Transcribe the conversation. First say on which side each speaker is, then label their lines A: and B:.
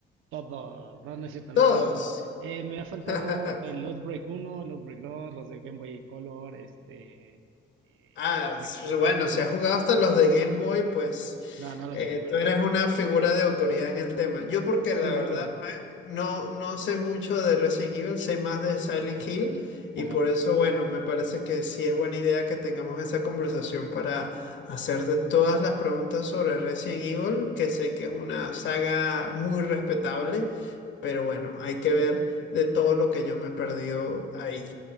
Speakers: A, on the right (about 85°); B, on the left (about 70°).
A: Todo, no, no es cierto,
B: Todos.
A: no he jugado a todos. Eh, me ha faltado
B: <laughs>
A: el Outbreak uno el Outbreak dos los de Game Boy Color, este, eh,
B: Ah,
A: no sé
B: s-
A: cuál,
B: bueno,
A: o sea,
B: si has jugado hasta los de Game Boy, pues
A: no, no los
B: eh,
A: he jugado,
B: tú eres una figura de autoridad en el tema. Yo porque
A: seguramente.
B: la verdad no, no, no sé mucho de Resident Evil, sé más de Silent Hill y
A: Ajá.
B: por eso, bueno, me parece que sí es buena idea que tengamos esa conversación para hacerte todas las preguntas sobre Resident Evil, que sé que es una saga muy respetable, pero bueno, hay que ver de todo lo que yo me he perdido ahí.